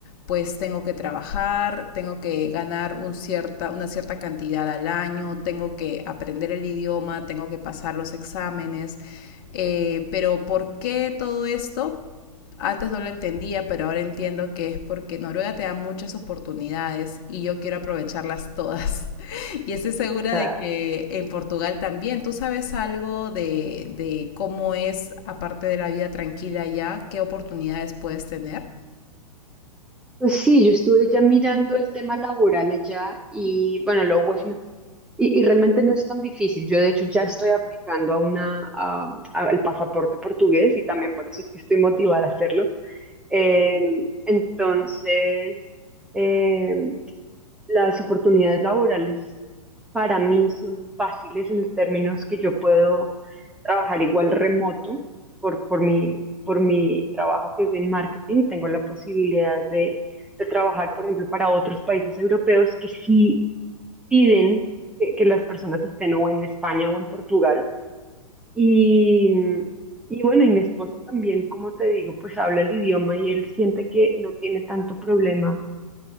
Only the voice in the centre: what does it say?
O
Pues sí, yo estuve ya mirando el tema laboral allá y bueno, lo bueno Y, y realmente no es tan difícil. Yo de hecho ya estoy aplicando a una, a- a- al pasaporte portugués y también por eso es que estoy motivada a hacerlo. Eh, entonces, eh, las oportunidades laborales para mí son fáciles en los términos que yo puedo trabajar igual remoto por, por mi, por mi trabajo que es en marketing. Tengo la posibilidad de, de trabajar, por ejemplo, para otros países europeos que sí piden que, que las personas estén o en España o en Portugal. Y, y bueno, y mi esposo también, como te digo, pues habla el idioma y él siente que no tiene tanto problema